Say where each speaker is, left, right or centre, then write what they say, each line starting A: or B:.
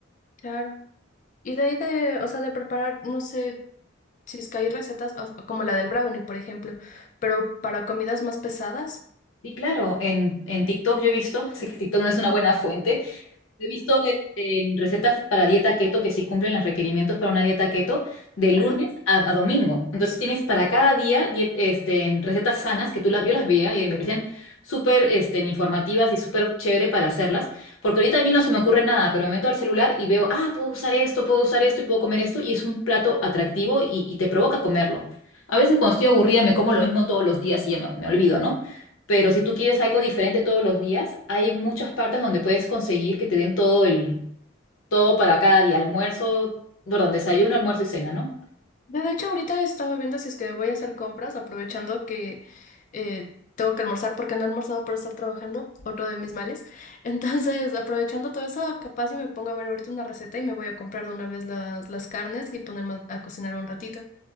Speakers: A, on the left; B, on the left.
A: claro. Y de ahí de, o sea, de preparar, no sé si es que hay recetas o- como la del brownie, por ejemplo, pero para comidas más pesadas.
B: Y claro, en, en TikTok yo he visto, <laughs> sé que TikTok no es una buena fuente, He visto este, en recetas para dieta keto que sí cumplen los requerimientos para una dieta keto de lunes
A: Ajá.
B: a, a domingo. Entonces tienes para cada día diet- este, en recetas sanas que tú la- yo las veía y me parecían súper este, informativas y súper chévere para hacerlas. Porque ahorita a mí no se me ocurre nada, pero me meto al celular y veo, ah, puedo usar esto, puedo usar esto y puedo comer esto. Y es un plato atractivo y, y te provoca comerlo. A veces cuando estoy aburrida me como lo mismo todos los días y ya me me olvido, ¿no? Pero si tú quieres algo diferente todos los días, hay muchas partes donde puedes conseguir que te den todo el, todo para cada día, almuerzo, perdón, desayuno, almuerzo y cena, ¿no?
A: De hecho, ahorita estaba viendo si es que voy a hacer compras, aprovechando que eh, tengo que almorzar porque no he almorzado por estar trabajando, otro de mis males. Entonces, <laughs> aprovechando todo eso, capaz y me pongo a ver ahorita una receta y me voy a comprar de una vez las, las carnes y ponerme a, a cocinar un ratito.